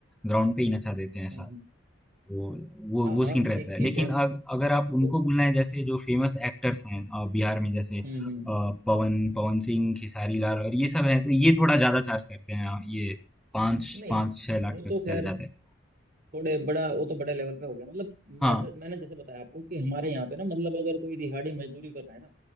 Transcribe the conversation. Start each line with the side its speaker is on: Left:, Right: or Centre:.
Centre: ग्राउंड पे ही नचा देते हैं ऐसा
Right: हम्म हम्म।
Centre: तो वो
Right: हाँ
Centre: वो
Right: हाँ
Centre: सीन रहता
Right: ठीक
Centre: है
Right: ठीक
Centre: लेकिन
Right: है
Centre: अग, अगर आप
Right: तो
Centre: उनको बुलाएं जैसे जो फेमस एक्टर्स हैं अ, बिहार में जैसे अ,
Right: हम्म हम्म
Centre: पवन पवन सिंह खेसारी लाल और ये सब हैं तो ये थोड़ा ज्यादा चार्ज करते हैं अ, ये पाँच
Right: नहीं
Centre: पाँच छह लाख
Right: वो
Centre: तक
Right: तो
Centre: चले
Right: खैर
Centre: जाते हैं
Right: थोड़े बड़ा वो तो बड़ा लेवल पे हो गया मतलब मैं
Centre: हाँ
Right: मैंने जैसे बताया आपको कि हमारे यहाँ पे ना मतलब अगर कोई दिहाड़ी मजदूरी कर रहा है ना